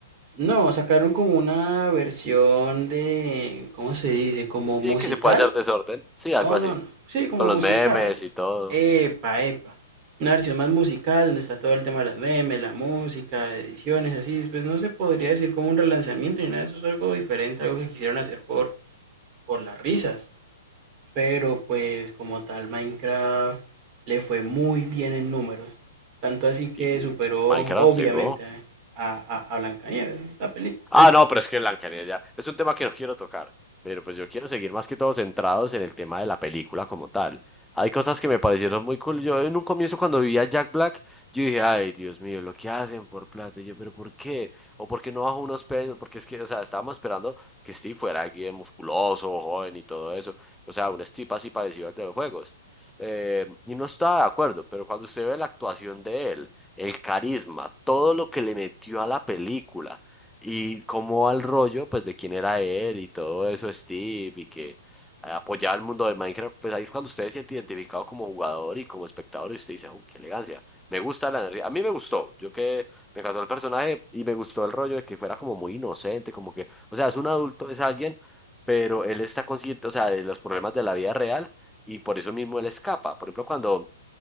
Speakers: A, on the right; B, in the centre.
A: No, sacaron como una versión de, ¿cómo se dice? ¿Como musical?
B: Sí, que se puede hacer desorden. Sí, algo
A: No,
B: así.
A: no, no. Sí, como
B: Con
A: musical.
B: los memes y todo.
A: Epa, epa. Una versión más musical donde está todo el tema de las memes, la música, ediciones, así. Pues no se podría decir como un relanzamiento ni nada de eso, es algo diferente, algo que quisieron hacer por, por las risas. Pero pues como tal Minecraft le fue muy bien en números, tanto así que
B: Y
A: superó
B: y Minecraft
A: obviamente
B: llegó.
A: eh, a, a, a Blancanieves, esta película.
B: Ah, no, pero es que Blancanieves ya es un tema que no quiero tocar, pero pues yo quiero seguir más que todo centrados en el tema de la película como tal. Hay cosas que me parecieron muy cool. Yo en un comienzo cuando vivía Jack Black, yo dije, ay, Dios mío, lo que hacen por plata. Y yo, pero ¿por qué? ¿O por qué no bajo unos pesos? Porque es que, o sea, estábamos esperando que Steve fuera alguien musculoso, joven y todo eso. O sea, un Steve así parecido al de los juegos. Eh, y no estaba de acuerdo, pero cuando usted ve la actuación de él, el carisma, todo lo que le metió a la película y cómo al rollo, pues de quién era él y todo eso, Steve, y que apoyaba el mundo de Minecraft, pues ahí es cuando usted se siente identificado como jugador y como espectador y usted dice, "Oh, qué elegancia! Me gusta la energía. A mí me gustó, yo que me encantó el personaje y me gustó el rollo de que fuera como muy inocente, como que, o sea, es un adulto, es alguien, pero él está consciente, o sea, de los problemas de la vida real y por eso mismo él escapa. Por ejemplo, cuando...